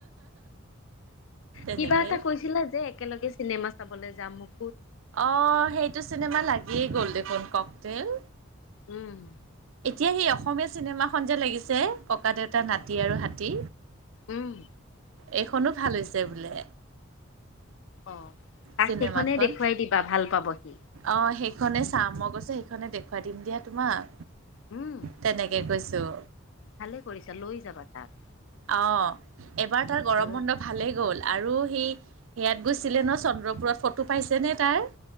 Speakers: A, on the right; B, on the left.
A: তেনেকৈ
B: কিবা এটা কৈ কৈছিলে যে একেলগে চিনেমা চাবলৈ যাম মোক।
A: অঁ, সেইটো চিনেমা লাগিয়েই গ'ল দেখোন ককটেইল।
B: উম
A: এতিয়া সেই অসমীয়া চিনেমাখন যে লাগিছে ককা দেউতা নাতি আৰু হাতী।
B: উম।
A: এইখনো ভাল হৈছে বোলে।
B: অঁ তাক
A: চিনেমাখন
B: সেইখনেই দেখুৱাই দিবা ভাল পাব সি।
A: অঁ সেইখনে চাম, মই কৈছো সেইখনে দেখুৱাই দিম দিয়া তোমাক।
B: উম।
A: তেনেকে কৈছোঁ।
B: ভালে কৰিছা লৈ যাবা তাক।
A: অঁ, এইবাৰ তাৰ গৰম
B: আৰু
A: বন্ধত ভালেই গ'ল, আৰু হি সেয়াত গৈছিলে ন চন্দ্ৰপুৰত ফটো পাইছেনে তাৰ?